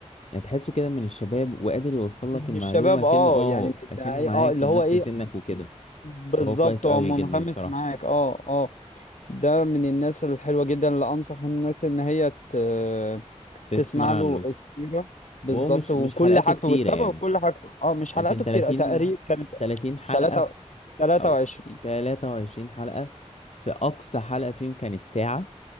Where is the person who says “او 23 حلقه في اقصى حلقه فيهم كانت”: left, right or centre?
Left